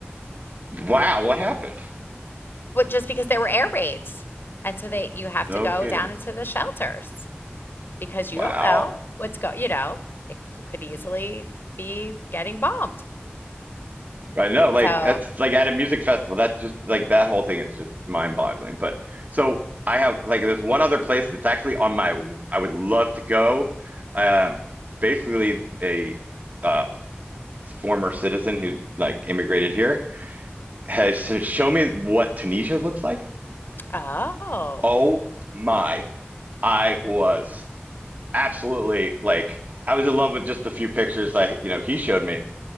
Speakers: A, on the right; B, on the left.
A: Wow, what happened?
B: but just because there were air raids, and so they you have
A: No
B: to go
A: kidding.
B: down into the shelters because you
A: Wow.
B: don't know what's go. You know, it, you could easily be getting bombed.
A: I know, like
B: So,
A: that's like at a music festival. That's just like that whole thing is just mind-boggling. But so I have like there's one other place that's actually on my I would love to go. Um, basically a uh, former citizen who like immigrated here has s- shown me what Tunisia looks like.
B: oh.
A: Oh my, I was absolutely like I was in love with just the few pictures I you know he showed me.